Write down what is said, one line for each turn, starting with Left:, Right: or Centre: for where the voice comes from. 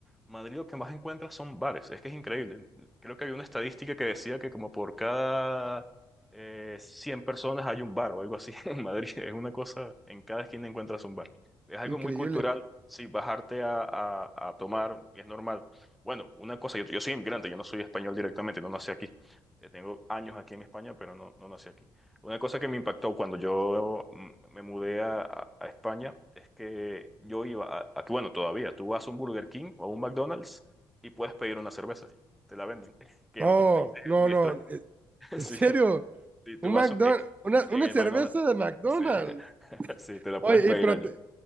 Centre: Madrid lo que más encuentras son bares. Es que es increíble. Creo que había una estadística que decía que como por cada eh, 100 personas hay un bar o algo así <laughs> en Madrid. Es una cosa, en cada esquina encuentras un bar. Es algo
Right: Increíble.
Centre: muy cultural, sí, bajarte a, a- a tomar es normal. Bueno, una cosa, yo, yo soy inmigrante, yo no soy español directamente, no nací aquí. Eh, tengo años aquí en España, pero no, no nací aquí. Una cosa que me impactó cuando yo mm, me mudé a, a- a España es que yo iba a, a- bueno, todavía, tú vas a un Burger King o a un McDonald's y puedes pedir una cerveza y te la venden, <laughs> que
Right: No,
Centre: en otros países
Right: no,
Centre: es muy
Right: no.
Centre: extraño.
Right: eh,
Centre: <laughs>
Right: En
Centre: Sí,
Right: serio,
Centre: sí,
Right: un
Centre: tú vas
Right: McDonald's,
Centre: eh,
Right: una,
Centre: en
Right: una
Centre: el
Right: cerveza
Centre: McDonald's,
Right: de McDonald's.
Centre: sí, <laughs> sí, te la
Right: Oye,
Centre: puedes pedir
Right: y pero,
Centre: allí.
Right: te-